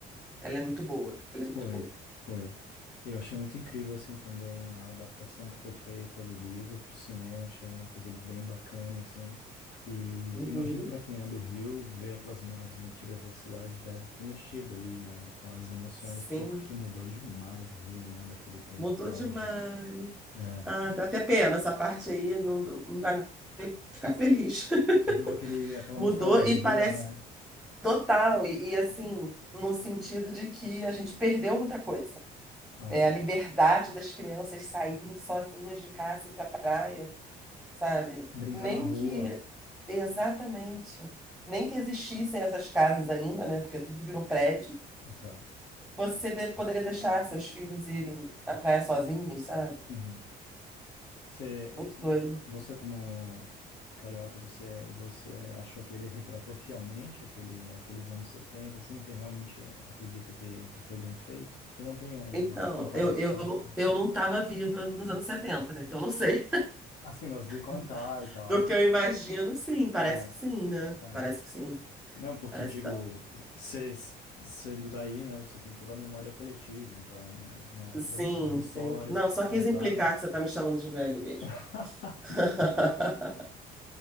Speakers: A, in the centre; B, on the left (about 75°).
A: Ela é muito boa, ela é muito
B: Foi,
A: boa.
B: foi. Eu achei muito incrível, assim, também a adaptação que foi feita do livro para o cinema. Achei uma coisa bem bacana, assim. E
A: Uhum.
B: imagino para quem é do Rio, ver aquelas imagens antigas da cidade deve ter mexido ali, né, com as emoções,
A: Sim,
B: porque mudou demais o Rio, né, daquele tempo
A: mudou
B: para
A: demais.
B: hoje. É.
A: Ah, dá até pena essa parte aí, não, não dá nem pra ficar feliz. <laughs>
B: Deu aquele, aquela
A: Mudou
B: nostalgia,
A: e parece
B: né?
A: total, e, e assim, no sentido de que a gente perdeu muita coisa.
B: Ah,
A: É
B: sim.
A: a liberdade das crianças saírem sozinhas de casa e ir para a praia, sabe?
B: Brincar
A: Nem
B: na rua.
A: que, exatamente, nem que existissem essas casas ainda, né? Porque tudo virou prédio.
B: Exato.
A: Você de- poderia deixar seus filhos irem à praia sozinhos, sabe?
B: Uhum. Você,
A: Muito doido.
B: você como carioca, você, você achou que ele retratou fielmente aquele, aqueles anos 70? assim? Você realmente acredita que, que foi bem feito? Porque não tem uma
A: Então,
B: comparação,
A: eu, eu,
B: assim.
A: eu não estava viva nos anos 70, né? Então, não sei.
B: Assim, mas de contar
A: <laughs>
B: e tal.
A: Do que eu imagino, sim, parece
B: É,
A: que sim, né?
B: é.
A: Parece que sim,
B: Não, porque
A: parece
B: digo,
A: que dá.
B: cê, sendo daí, né, você tem toda a memória coletiva, então, né, do-
A: Sim,
B: das histórias
A: sim. Não,
B: que
A: só
B: te
A: quis
B: contaram.
A: implicar que você tá me chamando de velho mesmo.
B: <laughs>
A: <laughs>